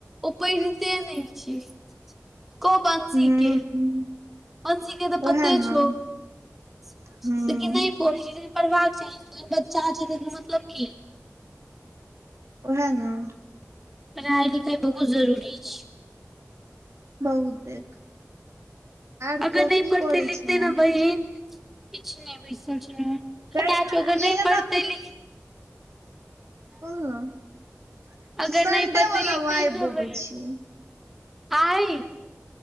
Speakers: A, in the centre; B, on the right.
A: ओ पढ़िते नै छै। को बन
B: हूँ
A: सीे <unintelligible>
B: हूँ
A: दीदी के तऽ पते
B: ओहे न
A: छौ लेकिन
B: हूँ
A: नै। ओहि नहैत लेकिन पढ़बाक चाही ने, बच्चा छै तकर मतलब की।
B: ओहे ने।
A: पढ़ाइ लिखाइ बहुत जरूरी छै।
B: बहुतेक आर
A: अगर
B: को
A: नहि
B: की
A: पढ़ते
B: करै
A: लिखते
B: छले
A: ने बहिन, किछ नहि बैसल छलो हन
B: गै
A: पच
B: आइ
A: <unintelligible> वगर नहि
B: एना
A: पढ़तै लि
B: कहलहु
A: अगर
B: सडे
A: नहि पढ़तै
B: वाला
A: लिखतै
B: वाइव
A: ने
B: गोबै
A: बहिन
B: छी
A: आइ